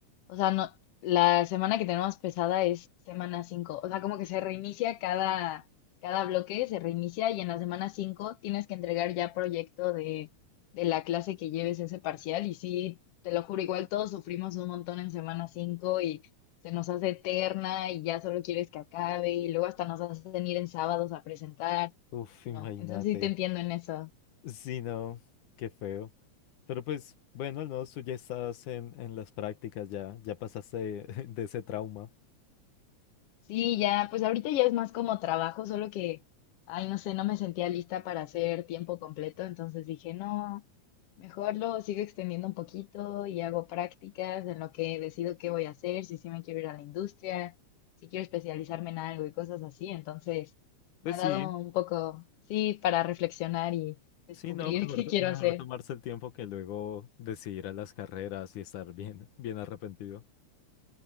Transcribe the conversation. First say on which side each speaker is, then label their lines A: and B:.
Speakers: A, on the left; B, on the left.
A: O sea, no, la semana que tenemos pesada es semana cinco O sea, como que se reinicia cada, cada bloque, se reinicia y en la semana 5 tienes que entregar ya proyecto de, de la clase que lleves ese parcial. Y sí, te lo juro, igual todos sufrimos un montón en semana 5 y se nos hace eterna y ya solo quieres que acabe y luego hasta nos hacen ir en sábados a presentar.
B: Uf,
A: No,
B: imagínate.
A: entonces sí te entiendo en eso.
B: Sí, no, qué feo. Pero pues, bueno, al menos tú ya estás en, en las prácticas, ya, ya pasaste de, <laughs> de ese trauma.
A: Sí, ya, pues ahorita ya es más como trabajo, solo que, ay, no sé, no me sentía lista para hacer tiempo completo, entonces dije, no, mejor lo sigo extendiendo un poquito y hago prácticas en lo que decido qué voy a hacer, si sí me quiero ir a la industria, si quiero especializarme en algo y cosas así, entonces me
B: Pues
A: ha
B: sí,
A: dado un poco, sí, para reflexionar y descubrir
B: sí, no, mejor,
A: <laughs> qué
B: to-
A: quiero
B: mejor
A: hacer.
B: tomarse el tiempo que luego decidir a las carreras y estar bien, bien arrepentido.